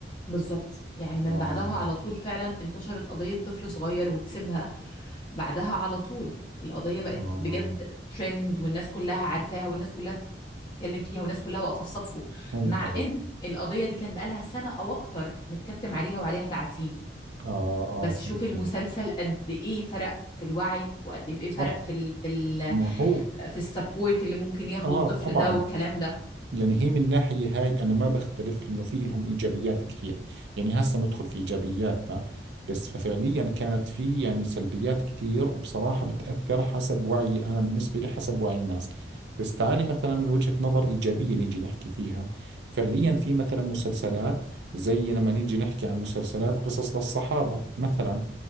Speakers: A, on the left; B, on the right.
A: بالظبط يعني من
B: آه
A: بعدها على طول فعلا انتشرت قضية طفل صغير وكسبها بعدها على طول القضية بقت
B: آه
A: بجد ترند والناس كلها عارفاها والناس كلها بتتكلم فيها والناس كلها واقفة في صفه
B: فهمت
A: مع
B: عليك
A: ان القضية دي كان بقالها سنة او اكتر متكتم عليها وعليها تعتيم
B: آه
A: بس
B: آه فهمت
A: شوف المسلسل
B: عليك
A: قد ايه فرق في الوعي وقد ايه
B: صح
A: فرق في ال في ال
B: ما هو
A: في السبورت اللي ممكن ياخده
B: آه
A: الطفل
B: طبعا
A: ده والكلام ده
B: يعني هي من ناحية هاي أنا ما بختلف إنه في لهم إيجابيات كثير يعني هسه ندخل في إيجابياتها بس ففعليا كانت في يعني سلبيات كثير وبصراحة بتأثر حسب وعي أنا بالنسبة لي حسب وعي الناس بس تعالي مثلا من وجهة نظر إيجابية نيجي نحكي فيها فعليا في مثلا مسلسلات زي لما نيجي نحكي عن مسلسلات قصص للصحابة مثلا